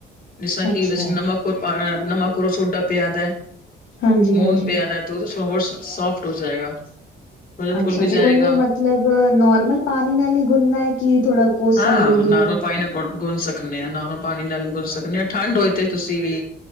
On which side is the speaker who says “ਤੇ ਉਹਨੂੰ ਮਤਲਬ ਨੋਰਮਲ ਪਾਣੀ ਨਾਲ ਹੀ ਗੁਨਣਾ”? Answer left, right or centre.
Left